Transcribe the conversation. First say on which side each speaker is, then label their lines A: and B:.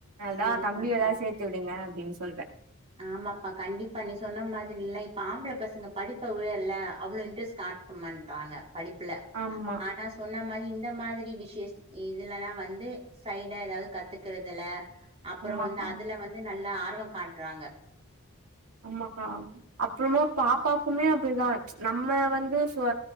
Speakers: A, on the right; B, on the right.
A: அதுதா
B: சரிப்பா
A: தம்பியதா
B: சரி
A: சேத்து விடுங்க அப்டின் சொல்ற
B: ஆமாப்பா கண்டிப்பா நீ சொன்ன மாதிரில்லா இப்ப ஆம்ப்ள பசங்க படிப்ப விட இல்ல அவ்ளோ இன்ட்ரெஸ்ட் காட்ட மாட்றாங்க படிப் ப்ல
A: ஆமா
B: ஆனா சொன்னா மா ரி இந்த மாதிரி விஷேஷ்த் இதுலல்லா வந்தே சைடா எதாவ்து கத்துக்குறதுல அப்பறொ
A: ஆமாக்கா
B: வந்து அதுல வந்து நல்லா ஆ ர்வொ காட் றாங்க
A: ஆமாக்கா அப்றமா பாப்பாக்குமே அப்டிதா நம்ம வந்து ஃபொ